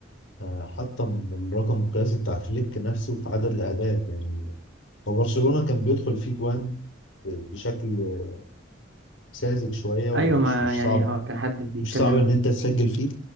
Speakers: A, on the left; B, on the right.
A: آه، حطم الرقم القياسي بتاع فليك نفسه في عدد الأهداف يعني هو برشلونة كان بيدخل فيه جوان آه، بشكل آه، ساذج شوية ومش
B: ايوه ما
A: مش
B: يعني
A: صعب
B: اه كان حد بيتكلم
A: مش صعب ان انت تسجل فيه